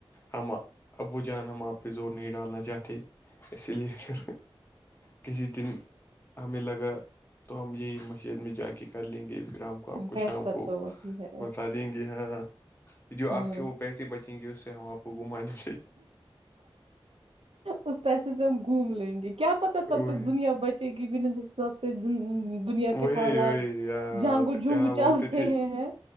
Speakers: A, on the left; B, on the right.
A: ہم ابو جان ہم آپ پہ زور نہیں ڈالنا چاہتے اس لیے کسی دن ہمیں لگا تو ہم یہی مسجد میں جا کے کر لیں گے پھر ہم کو آپ کو
B: بہتر
A: شام کو
B: تو وہی ہے
A: بتایں گے ہاں جو
B: ہوں
A: آپ کے وہ پیسے بچیں گے اس سے ہم آپ کو گمانےاہ
B: اس پیسے سے ہم گھوم لیں گے کیا پتا تب
A: وہی
B: تک دنیا بچے گی بھی نہ سب سے دنیا کے
A: وہی
B: حالات
A: وہی آ،
B: جہاں دھوم
A: جہاں
B: مچا
A: بولتے
B: رہے
A: تھے
B: ہیں